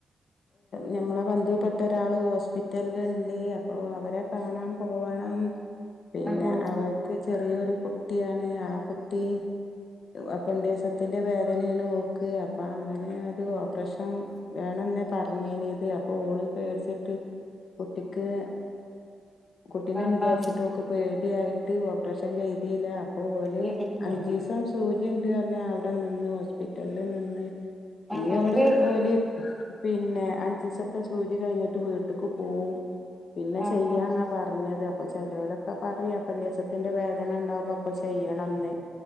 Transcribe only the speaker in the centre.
ആഹ് ഓ
ആഹ്
ആഹ്
കേട്ടിട്ടുണ്ടല്ലോ
ആഹ് എന്നിട്ട്
ആഹ്
ആഹ് ആഹ്